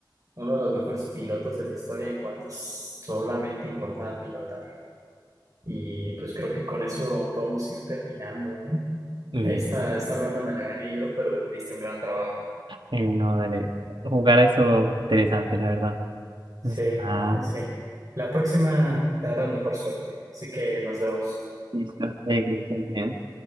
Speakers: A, on the right; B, on the right.
A: uno de los mejores pilotos de la historia en cuanto solamente importaba pilotar. Y pues creo que con eso podemos ir terminando, ¿eh?
B: Listo.
A: Esta, esta ronda me la gané yo, pero diste un gran trabajo.
B: Eh, no, dale. Jugar eso interesante, la verdad.
A: Sí,
B: Está
A: sí. sí. La próxima tendrás mejor suerte. Así que nos vemos.
B: listo. Eh, que estés bien.